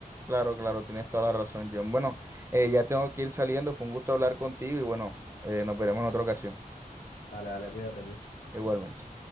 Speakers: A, on the right (about 20°); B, on the left (about 85°).
A: Claro, claro, tienes toda la razón, John. Bueno, eh, ya tengo que ir saliendo, fue un gusto hablar contigo y bueno, eh, nos veremos en otra ocasión,
B: Dale, dale, cuídate, Luis.
A: igualmente.